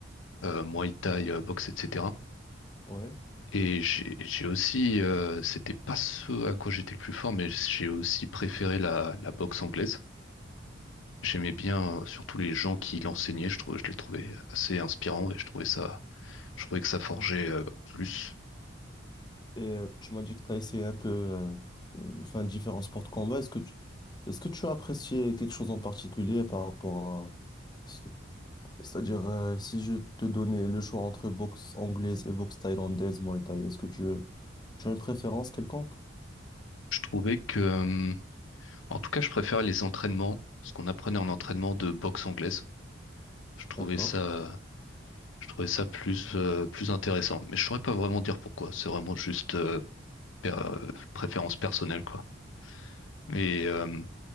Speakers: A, on the left (about 80°); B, on the left (about 20°).
A: euh, muay thai, euh, boxe, etc.
B: Ouais.
A: Et j'ai j'ai aussi, euh, c'était pas ce à quoi j'étais le plus fort, mais j'ai aussi préféré la, la boxe anglaise. J'aimais bien euh, surtout les gens qui l'enseignaient, je trouvais, je les trouvais assez inspirants et je trouvais ça Je trouvais que ça forgeait euh, plus.
B: Et euh, tu m'as dit que tu as essayé un peu euh, euh, enfin, différents sports de combat. Est-ce que tu est-ce que tu as apprécié quelque chose en particulier par rapport à ce- c'est-à-dire euh, si je te donnais le choix entre boxe anglaise et boxe thaïlandaise, Muay Thai, est-ce que tu, euh, tu as une préférence quelconque?
A: Je trouvais que, euh, en tout cas, je préfère les entraînements, ce qu'on apprenait en entraînement de boxe anglaise. Je trouvais
B: D'accord.
A: ça, je trouvais ça plus, euh, plus intéressant. Mais je saurais pas vraiment dire pourquoi. C'est vraiment juste euh, per- euh, préférence personnelle, quoi. Et euh,